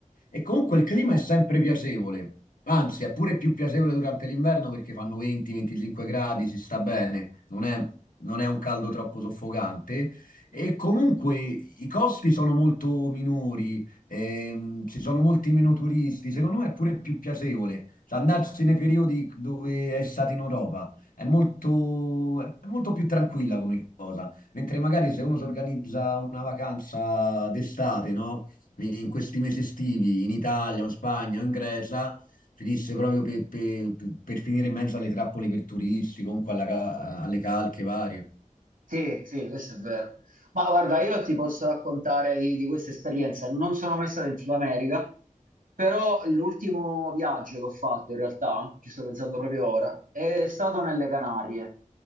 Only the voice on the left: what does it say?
E comunque il clima è sempre piacevole, anzi, è pure più piacevole durante l'inverno perché fanno 20-25 gradi, si sta bene, non è non è un caldo troppo soffocante. E comunque i costi sono molto minori, ehm, ci sono molti meno turisti, secondo me è pure più piacevole Cioè, andarsi nei periodi dove è stato in Europa, è molto, è molto più tranquilla come cosa, mentre magari se uno si organizza una vacanza d'estate, no? In questi mesi estivi, in Italia, o in Spagna, o in Grecia, finisce proprio per, per- per finire in mezzo alle trappole per turisti, comunque alla ca- alle calche varie.